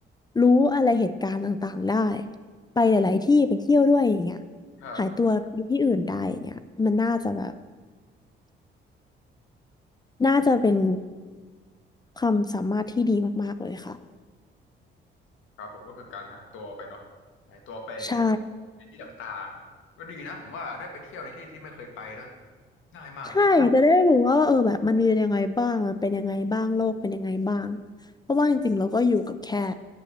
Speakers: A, on the left; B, on the left.
A: รู้อะไรเหตุการณ์ต่างๆได้ไปหลายๆที่ไปเที่ยวด้วยอย่างเงี้ย
B: ครับ
A: หายตัวไปที่อื่นได้อย่างเงี้ยมันน่าจะแบบน่าจะเป็นความสามารถที่ดีมากๆเลยค่ะ
B: ครับผมก็คือการหายตัวไปเนาะหายตัวไป
A: ใช่
B: ในที่ต่างๆก็ดีนะผมว่าได้ไปเที่ยวในที่ที่ไม่เคยไปด้วยง่ายมากเลยแก
A: ใช่ค่ะจะได้รู้ว่าเออแบบมันมียังไงบ้างมันเป็นยังไงบ้างโลกเป็นยังไงบ้างเพราะว่าจริงๆเราก็อยู่กับแค่